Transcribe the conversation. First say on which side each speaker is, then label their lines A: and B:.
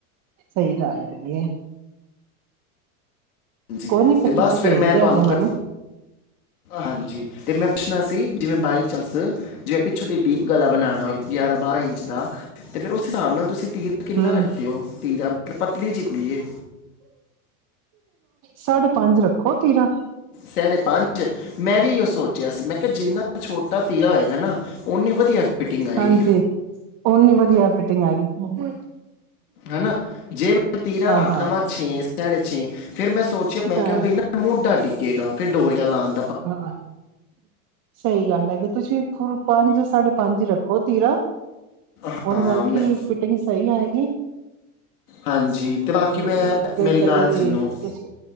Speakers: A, on the right; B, on the left.
A: ਸਹੀ ਗੱਲ ਹੈਗੀ ਹੈ।
B: ਜੀ
A: ਕੋਈ ਨੀ
B: ਤੇ
A: ਤੁਸੀਂ
B: ਬਸ ਫਿਰ
A: ਭੇਜ
B: ਮੈਂ
A: ਦਿਆ
B: ਤੁਹਾਨੂੰ
A: ਜੇ
B: ਕ
A: ਮੈਨੂੰ
B: ਹਾਂਜੀ। ਤੇ ਮੈਂ ਪੁੱਛਣਾ ਸੀ ਜਿਵੇਂ ਬਾਈ ਚਾਂਸ ਜੇ ਪਿੱਛੋਂ ਦੀ ਡੀਪ ਗਲਾ ਬਣਾਣਾ ਹੋਵੇ ਗਿਆਰਾਂ-ਬਾਰਾਂ ਇੰਚ ਦਾ ਤੇ ਫੇਰ ਉਸ ਹਿਸਾਬ ਨਾਲ ਤੁਸੀਂ ਤੀਰ ਕਿੰਨਾ
A: ਹੂੰ
B: ਰੱਖਦੇ ਹੋ ਤੀਰਾ ਪਤਲੀ ਜੀ ਕੁੜੀ ਏ
A: ਸਾਢੇ ਪੰਜ ਰੱਖੋ ਤੀਰਾ।
B: ਸਾਡੇ ਪੰਜ ਮੈਂ ਵੀ ਏਉ ਸੋਚਿਆ ਸੀ। ਮੈਂ ਕਿਹਾ ਜਿੰਨਾ ਛੋਟਾ ਤੀਰਾ ਹੋਏਗਾ- ਹੈ ਨਾ। ਓਨੀ ਵਧੀਆ ਫਿਟਿੰਗ ਆਏਗੀ
A: ਹਾਂਜੀ ਉਨੀ ਵਧੀਆ ਫਿ ਟਿਂਗ ਆਏ ਗੀਤ।
B: ਹਨਾ, ਜੇ ਮੈਂ ਤੀਰਾ ਰੱਖ
A: ਹਾਂ
B: ਦਾਵਾਂ ਛੇ ਸਾਢੇ ਛੇ ਫਿਰ ਮੈਂ ਸੋਚ ਮੈਂ
A: ਹਾਂ
B: ਕਿਹਾ ਬਈ ਨਾ ਮੋਡਾ ਡਿਗ ਕਹੇਗ ਫਿਰ ਡੋਰੀਆਂ ਲਾਣ
A: ਹਾਂ, ਸਹੀ ਗੱਲ ਹੈ ਕਿ ਤੁਸੀਂ ਫੁਲ ਪੰਜ ਸਾਢੇ ਪੰਜ ਹੀ ਰੱਖੋ ਤੀਰਾ।
B: ਹਾਂ
A: ਉਹਦੇ ਨਾਲ ਕੀ
B: ਮੈਂ
A: ਫਿਟਿੰਗ ਸਹੀ ਆਏਗੀ।
B: ਹਾਂਜੀ, ਤੇ ਬਾਕੀ
A: ਤੇ
B: ਮੈਂ ਮੇਰੀ
A: ਗਲੇ
B: ਗੱਲ
A: ਦੀ
B: ਸੁਣੋ
A: ਤੁਸੀਂ